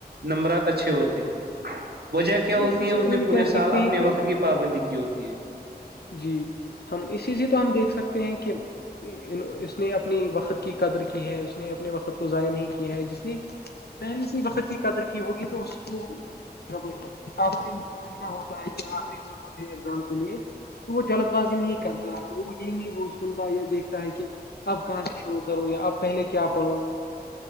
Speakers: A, on the right (about 70°); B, on the left (about 75°).
A: نمبرات اچھے ہوتے ہیں وجہ کیا
B: جی
A: ہوتی ہے
B: سے
A: اس
B: تو
A: نے
B: ہم
A: پورے
B: کہہ سکتے
A: سال اپنے
B: ہیں کہ
A: وقت کی پابندی کی ہوتی ہے
B: جی ہم اسی سے تو ہم دیکھ سکتے ہیں کہ ان اس نے اپنی وقت کی قدر کی ہے اس نے اپنے وقت کو ضائع نہیں کیا ہے جس نے پہل س ہی وقت کی قدر کی ہوگی تو اس کو جب آخری مہینہ ہوتا ہے کہ آخری جون ہوتی ہے ایگزام کے لیے تو وہ جلد بازی نہیں کرتا وہ یہ نہیں وہ سنتا دیکھتا ہے کہ اب کہاں سے شرو کروں یا اب پہلے کیا پڑھوں